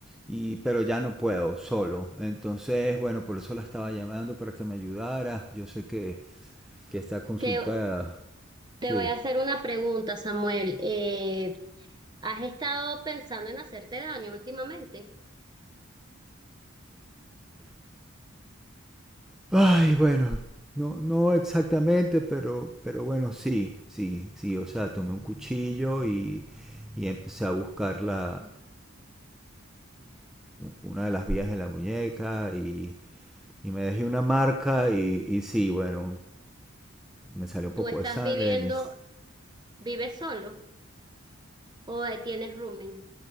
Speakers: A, in the centre; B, on the right.
A: y, pero ya no puedo solo. Entonces, bueno, por eso la estaba llamando para que me ayudara. Yo sé que, que está consultada,
B: ¿Te, Te
A: sí.
B: voy a hacer una pregunta, Samuel. Eh, ¿has estado pensando en hacerte daño últimamente?
A: Ay, bueno, no, no exactamente, pero, pero bueno, sí, sí, sí, o sea, tomé un cuchillo y, y empecé a buscar la una de las vías en la muñeca y, y me dejé una marca y, y sí, bueno, me salió un poco
B: ¿Tú estás
A: de sangre.
B: viviendo,
A: Mis...
B: vives solo o eh, tienes rooming?